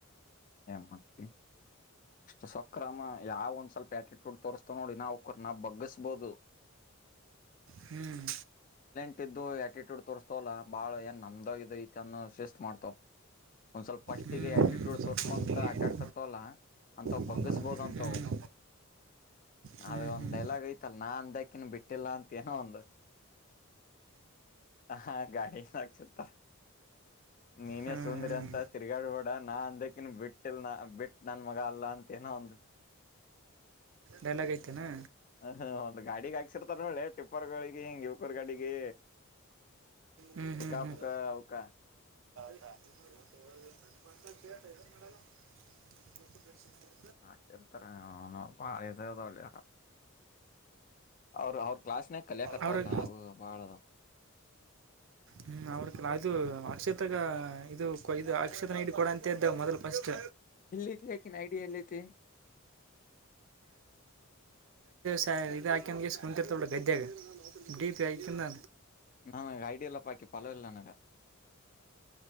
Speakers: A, on the left (about 40°); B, on the right (about 60°).
A: ಎ ಮತಿ ಅಷ್ಟು ಸೂಕ್ಕು ರಾಮ ಯಾವ ಒಂದ್ ಸ್ವಲ್ಪ ಆಟಿಟ್ಯೂಡ್ ತೋರಿಸ್ತವ ನೋಡ ಇನಾ ಅವಕರನಾ ಬಗ್ಗಸಬೋದು
B: ಹ್ಮ್
A: ಇಟ್ಟಿದ್ದು ಆಟಿಟ್ಯೂಡ್ ತೋರಿಸ್ತವಲ್ಲ ಬಾಳ ಏನ್ ನಂದ ಈದೈತಿ ಅನ್ನೊ ಶಿಸ್ತ್ ಮಾಡ್ತಾವ ಒಂದ್ ಸ್ವಲ್ಪ ಫಸ್ಟಿಗೆ
B: ಹ್ಮ್ ಹ್ಮ್
A: ಆಟಿಟ್ಯೂಡ್ ಸ್ಕೊಂತ
B: ಹ್ಮ್
A: ಅಡ್ಡಾಡ್ತರ್ತವಲ್ಲ ಅಂತ್
B: ಹ್ಮ್
A: ಬಗ್ಗಿಸಬೋದ ಅಂತವು
B: ಹ್ಮ್
A: ಅದು ಒಂದ್
B: ಹ್ಮ್
A: ಡೈಲಾಗ್ ಐತಲ್ಲ ನಾ ಅಂದಕ್ಕಿನ್ ಬಿಟ್ಟಿಲ್ಲ ಅಂತ ಏನೋ ಒಂದು ಹಾ ಗಾಟೆಗ ಸಾಕ್ಷಿ ಇರತ್ತಾವ ನೀನೇ
B: ಹ್ಮ್
A: ಸುಂದ್ರಿ ಅಂತ ತಿರ್ಗಾಡ್ಬೇಡ ನಾ ಅಂದಕಿನ್ ಬಿಟ್ಟಿಲ್ ನ ಬಿಟ್ಟ ನನ್ ಮಗ ಅಲ್ಲ ಅಂತ ನೋ ಒಂದು
B: ಡೈಲಾಗ್ ಐತೆನಾ
A: ಹ ಒಂದು ಗಾಡಿಗ ಹಾಕ ಸಿರ್ತಾರ ನೋಡಲೆ ಟಿಪ್ಪರ್ಗಳಿಗೆ ಹಿಂಗ್ ಯುವಕರ್ಗಳಿಗೆ
B: ಹ್ಮ್
A: ಪಿಕಾಪುಕ
B: ಹ್ಮ್ ಹ್ಮ್
A: ಅವಕ
B: <inaudible>
A: ಹಾಕ್ತಿರ್ತರ ನಮ್ಮಪ್ಪ ಹೈದರಾಬಾದ್ ಅವರು ಅವ್ರ ಕ್ಲಾಸ್ನಾಗ ಕಲಿಯಕತ್ತವಲ್ಲ
B: ಅವ್ರ
A: ಅವು ಬಾಳದವ
B: ಹ್ಮ್ ಅವ್ರಕಲ್ಲ ಅದು ಅಕ್ಷತಗ ಇದು ಇದು ಅಕ್ಷತನ ಐಡಿ ಕೊಡ ಅಂತ ಇದ್ದ ಮೊದಲ್ ಫಸ್ಟ್
A: ಇಲಿತಿ ಆಕಿನ್ ಐಡಿಯಲ್ಲಿತಿ
B: ಸ ಇದ ಹಾಕ್ಯಂಡ ಗೇಸ್ ಕುಂತಿರತಾಳ ನೋಡ ಗದ್ಯಾಗ ಡಿ ಪಿ ಆಕಿಂದ
A: ನಾನ ಐಡಿಯಲ್ಲ ಅಕಿ ಫಾಲೋ ಇಲ್ಲ ನನಗ